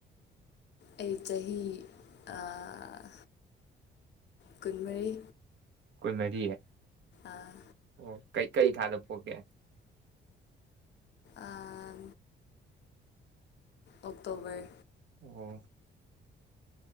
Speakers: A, on the left; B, on the right.
A: ꯑꯩ ꯆꯍꯤ ꯑꯥ ꯀꯨꯟꯃꯔꯤ
B: ꯀꯨꯟꯃꯔꯤ
A: ꯑꯥ
B: ꯑꯣ ꯀꯩ ꯀꯩ ꯊꯥꯗ ꯄꯣꯛꯀꯦ
A: ꯑꯥ ꯑꯣꯛꯛꯇꯣꯕꯔ
B: ꯑꯣ